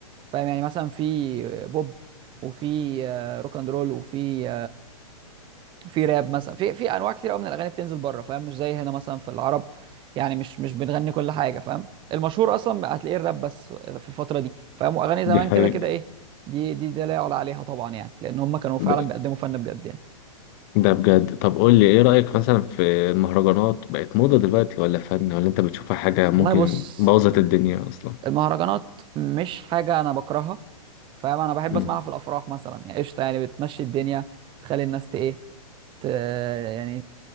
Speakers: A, on the right; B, on the left.
A: فاهم يعني مثلا في بوب وفي آه، روك اند رول وفي في راب مثلا في في انواع كتير قوي من الاغاني بتنزل بره فاهم مش زي هنا مثلا في العرب يعني مش مش بنغني كل حاجه فاهم المشهور اصلا هتلاقيه الراب بس في الفتره دي فاهم واغاني
B: دي
A: زمان
B: حقيقة
A: كده كده ايه دي دي ده لا يعلى عليها طبعا يعني لان هم كانوا فعلا
B: ب-
A: بيقدموا فن بجد يعني
B: ده بجد طب قول لي ايه رأيك مثلا في المهرجانات بقت موضة دلوقتي ولا فن ولا انت بتشوفها حاجة ممكن
A: والله بص
B: بوظت الدنيا اصلا
A: المهرجانات مش حاجه انا بكرهها فاهم انا بحب
B: مم.
A: اسمعها في الافراح مثلا يعني قشطه يعني بتمشي الدنيا تخلي الناس ت ايه ت <hesitation> يعني